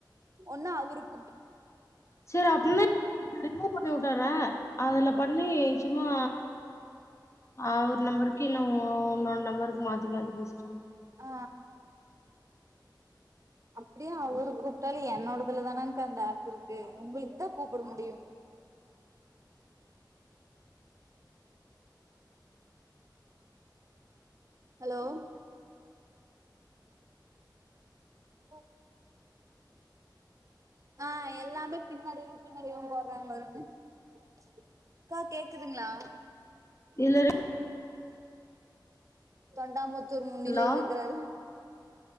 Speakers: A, on the right; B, on the left.
A: ஒன்னா அவருக்
B: செரி அப்பனா ரிமு பண்ணி வுட்டறே அதுல பண்ணி சும்மா ஆ ஒரு நம்பருக்கி இன்னு இன்னொன் நம்பருக்கு மாத்தி மாத்தி பேச்ட்டா
A: ஆ அப்டியே அவரு கூப்ட்டாலே என்னோடதுல தானங்க்கா அந்த ஆப் இருக்கு உங்ளுக்கு தா கூப்புட முடியு ஹலோ ஓ ஆ எல்லாமே பின்னடைவு பின்னடைவுனு போட்றாங்க <unintelligible> அக்கா கேக்குதுங்களா
B: இல்லடி
A: தொண்டாமுத் துர் முன்னிலையில
B: ஹலோ
A: இருக்காரு